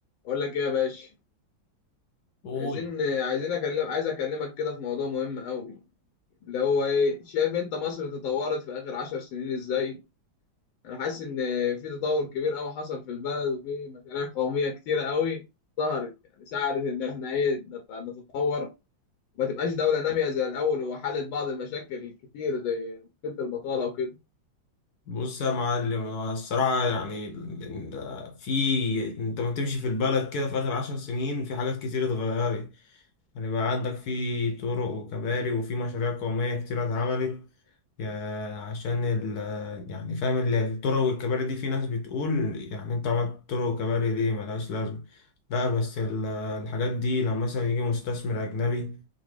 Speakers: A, on the left; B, on the left.
A: اقول لك ايه يا باشا
B: قول
A: عايزين عايزين اكلم عايز اكلمك كده في موضوع مهم قوي اللي هو ايه شايف انت مصر تطورت في اخر عشر سنين ازاي انا حاسس ان في تطور كبير قوي حصل في البلد وفي مشاريع قوميه كتيره قوي ظهرت يعني ساعدت ان احنا ايه نت- نتطور وما تبقاش دوله ناميه زي الاول وحلت بعض المشاكل الكتير زي مشكله البطاله وكده
B: بص يا معلم هو الصراحة يعني ال- ال- في انت ما بتمشي في البلد كده في آخر عشر سنين في حاجات كتير اتغيرت يعني بقى عندك في طرق وكباري وفي مشاريع قومية كتير اتعملت يا- عشان ال يعني فاهم ال- الطرق والكباري دي في ناس بتقول يعني انت عملت طرق وكباري ليه ملهاش لازمة لا بس ال- الحاجات دي لما مثلا يجي مستثمر أجنبي